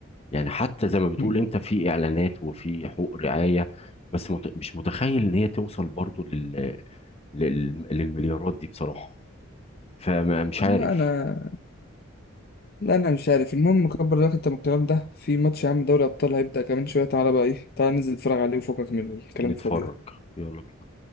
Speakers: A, on the left; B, on the left.
A: يعني حتى زي ما بتقول
B: مم.
A: انت في اعلانات وفي حقوق رعاية بس مت... مش متخيل ان هي توصل برضو لل... لل... للمليارات دي بصراحة فمش
B: لا
A: عارف
B: انا لا انا مش عارف المهم كبر دماغك انت من الكلام ده في ماتش يا عم دوري ابطال هيبدأ كمان شويه تعالى بقى ايه تعالى ننزل نتفرج عليه وفكك من الكلام
A: نتفرج
B: الفاضي ده
A: يلا بينا